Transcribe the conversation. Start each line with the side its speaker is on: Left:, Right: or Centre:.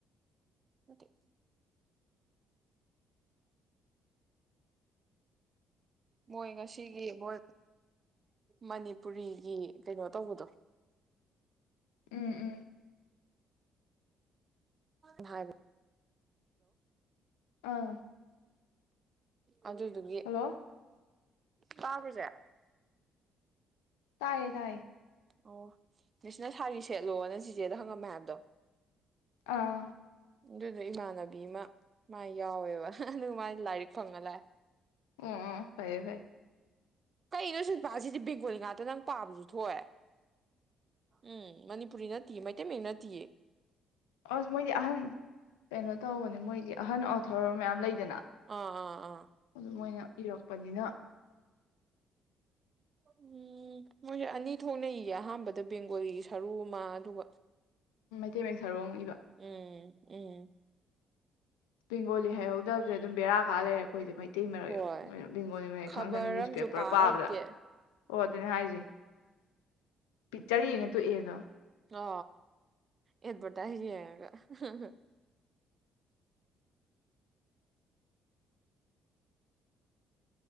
Right: ꯑꯣꯀꯦ ꯃꯣꯏ ꯉꯁꯤꯒꯤ ꯃꯣꯏ ꯃꯅꯤꯄꯨꯔꯤꯒꯤ ꯀꯩꯅꯣ ꯇꯧꯕꯗꯣ
Left: ꯎꯝ ꯎꯝ
Right: ꯍꯜꯂꯣ
Left: ꯑꯥ
Right: ꯑꯗꯨꯗꯨꯒꯤ
Left: ꯍꯜꯂꯣ
Right: ꯕꯥꯕꯖꯦ
Left: ꯇꯌꯦ ꯇꯌꯦ
Right: ꯑꯣ ꯃꯤꯁꯅ ꯁꯥꯔꯤ ꯁꯦꯠꯂꯣ ꯅ ꯆꯤꯆꯦꯗ ꯍꯪꯉꯝꯃꯦ ꯍꯥꯏꯕꯗꯣ
Left: ꯑꯥ
Right: ꯑꯗꯨꯗꯣ ꯏꯃꯥꯟꯅꯕꯤ ꯑꯃ ꯃꯥ ꯌꯥꯎꯋꯦꯕ ꯑꯗꯨꯒ ꯃꯥ ꯂꯥꯏꯔꯤꯛ ꯐꯪꯉ ꯂꯥꯛꯑꯦ
Left: ꯑꯣ ꯐꯌꯦ ꯐꯥꯏ
Right: ꯀꯩꯅꯣ ꯁꯤ ꯄꯁꯤꯗꯤ ꯕꯦꯡꯒꯣꯂꯤ ꯉꯥꯛꯇ ꯅꯪ ꯄꯥꯕꯁꯨ ꯊꯣꯛꯑꯦ ꯎꯝ ꯃꯅꯤꯄꯨꯔꯤ ꯅꯠꯇꯦ ꯃꯩꯇꯩ ꯃꯌꯦꯛ ꯅꯠꯇꯤ
Left: ꯑꯁ ꯃꯣꯏꯗꯤ ꯑꯍꯟ ꯀꯩꯅꯣ ꯇꯧꯕꯅꯦ ꯃꯣꯏꯗꯤ ꯑꯍꯟ ꯑꯁ ꯊꯧꯔꯝ ꯃꯌꯥꯝ ꯂꯩ ꯗꯅ
Right: ꯑꯥ ꯑꯥ ꯑꯥ
Left: ꯑꯗꯨ ꯃꯣꯏꯅ ꯏꯔꯛꯄꯅꯤꯅ
Right: ꯎꯝ ꯃꯣꯏꯁꯦ ꯑꯅꯤ ꯊꯣꯛꯅ ꯏꯌꯦꯦ ꯑꯍꯥꯟꯕꯗ ꯕꯦꯡꯒꯣꯂꯤꯒꯤ ꯁꯔꯨ ꯑꯃ ꯑꯗꯨꯒ
Left: ꯇꯦꯃꯦ ꯁꯔꯨꯡ
Right: ꯎꯝ ꯎꯝ
Left: ꯕꯦꯡꯒꯣꯂꯤ ꯍꯩꯍꯧꯗꯕꯁꯦ ꯑꯗꯨꯝ ꯕꯦꯔꯥ ꯀ ꯂꯩꯔꯦꯄꯣ ꯑꯩꯈꯣꯏꯁꯦ ꯃꯩꯇꯩ ꯃꯔꯌꯦꯛꯣꯏ
Right: ꯍꯣꯏ
Left: ꯕꯦꯡꯒꯣꯂꯤ ꯃꯔꯩ
Right: ꯈꯕꯔ
Left: ꯈꯪꯗꯪ ꯅ꯭ꯌꯨꯁꯄꯦꯄꯔ
Right: ꯑꯝꯁꯨ ꯄꯥ
Left: ꯄꯥꯕꯗ
Right: ꯍꯩꯇꯦ
Left: ꯑꯣ ꯑꯗꯨꯅꯦ ꯍꯥꯏꯁꯦ ꯄꯤꯛꯆꯔ ꯌꯦꯡꯉ ꯇꯣꯛꯑꯦꯗꯣ
Right: ꯑ ꯌꯦꯠꯄꯇ ꯍꯥꯏ ꯌꯥꯉꯒ ꯍ ꯍ